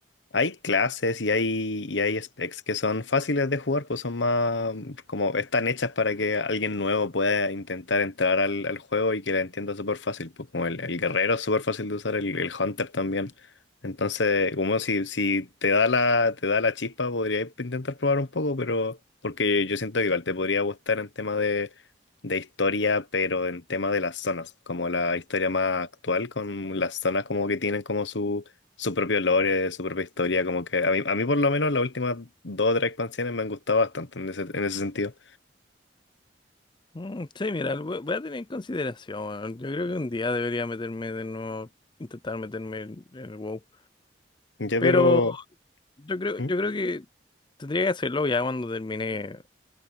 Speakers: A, on the left; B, on the left.
A: Hay clases y hay, y hay specs que son fáciles de jugar, pues son más mm, como están hechas para que alguien nuevo pueda intentar entrar al, al juego y que la entienda súper fácil, pues como el, el guerrero es súper fácil de usar, el, el hunter también. Entonces, como si, si te da la, te da la chispa, podría intentar probar un poco, pero porque yo siento que igual te podría gustar en tema de, de historia, pero en tema de las zonas, como la historia más actual, con las zonas como que tienen como su su propio lore, su propia historia, como que a mí, a mí por lo menos las últimas dos o tres expansiones me han gustado bastante en ese, en ese sentido.
B: Mm, Sí, mira, lo voy voy a tener en consideración. weón. Yo creo que un día debería meterme de nuevo, intentar meterme en en el WoW.
A: Ya,
B: Pero
A: pero...
B: yo creo,
A: ¿Mm?
B: yo creo que tendría que hacerlo ya cuando termine